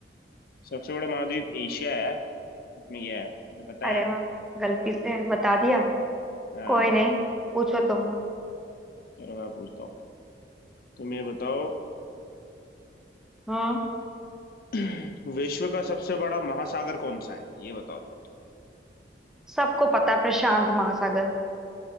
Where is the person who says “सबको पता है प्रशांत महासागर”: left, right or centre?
Centre